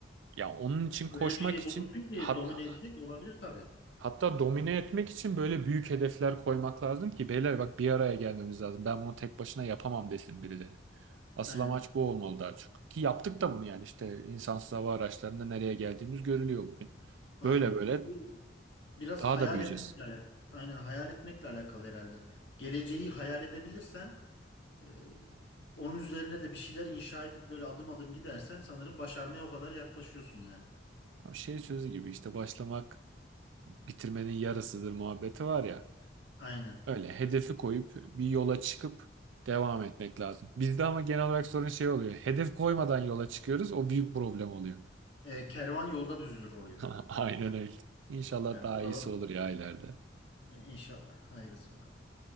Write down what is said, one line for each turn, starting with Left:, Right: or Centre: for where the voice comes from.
Right: Ya onun için koşmak
Left: Öyle bir şey
Right: için
Left: bulursun ki
Right: hat,
Left: domine edecek olabilir tabii.
Right: hatta domine etmek için böyle büyük hedefler koymak lazım ki beyler bak bir araya gelmemiz lazım. Ben bunu tek başına yapamam desin birileri. Asıl
Left: Aynen.
Right: amaç bu olmalı daha çok. Ki yaptık da bunu yani işte insansız hava araçlarında nereye geldiğimiz görülüyor bugün.
Left: Aynen.
Right: Böyle böyle
Left: Bu Biraz
Right: daha
Left: hayal
Right: da büyüyeceğiz.
Left: etmekle alakalı. Aynen hayal etmekle alakalı herhalde. Geleceği hayal edebilirsen e, onun üzerine de bir şeyler inşa edip böyle adım adım gidersen sanırım başarmaya o kadar yaklaşıyorsun yani.
Right: Şey sözü gibi işte başlamak bitirmenin yarısıdır muhabbeti var ya.
Left: Aynen.
Right: Öyle hedefi koyup bir yola çıkıp devam etmek lazım. Bizde ama genel olarak sorun şey oluyor. Hedef koymadan yola çıkıyoruz. O büyük problem oluyor.
Left: E, kervan yolda düzülür oluyor.
Right: <laughs> Aynen öyle. İnşallah
Left: Yani
Right: daha
Left: o zaman
Right: iyisi olur ya ileride.
Left: e, inşallah. Hayırlısı bakalım.